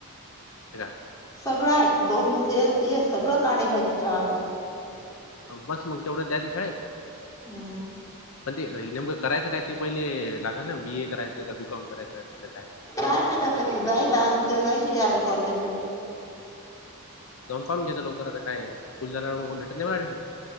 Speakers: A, on the left; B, on the left.
A: <unintelligible>
B: सगळं हाय, डोमिसेल ते सगळं काढाय पाहिजे तिच्यावरन.
A: बस मग तेवढं द्यायचं शाळेत.
B: हम्म
A: हो <unintelligible> पण ते नेमकं करायचं काय ते पहिले लागल ना बी. ए, करायचं का बी. कॉम, करायचंय कसं काय
B: काय माहीत आता जाईल आज उद्या जाईल ती अर कॉलेजला.
A: जाऊन पाहून घेचं लवकर आता काय, फुल झाल्यावर भेटत नाही ऍडमिशन?